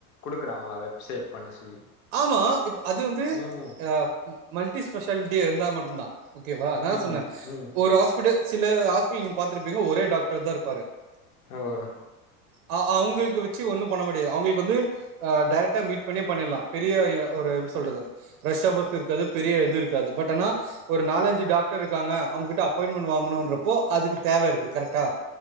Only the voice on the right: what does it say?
ஆமா இப்ப அது வந்து
அ மல்டி ஸ்பெஷாலிட்டி இருந்தா மட்டும் தான் ஓகேவா நா
சொன்னேன்
ஒரு ஹாஸ்பிடல் சில ஹாஸ்பிட்டல் நீங்க பாத்துருப்பீங்க ஒரே டாக்டர் தான் இருப்பாரு
ஆ அவங்களுக்கு வச்சு ஒன்னும் பண்ண முடியாது அவங்களுக்கு வந்து அ டைரெக்ட்டா மீட் பண்ணியே பண்ணிடலாம் பெரிய யா ஒரு எப்டி சொல்றது. ரஷ்யா போஸ் இருக்காது பெரிய இது இருக்காது பட் ஆனா ஒரு நாலஞ்சு டாக்டர் இருக்காங்கன்னா அவங்ககிட்ட அப்பாயின்மெண்ட் வாங்கணும்றப்போ அதுக்கு தேவ இருக்கு கரெக்டா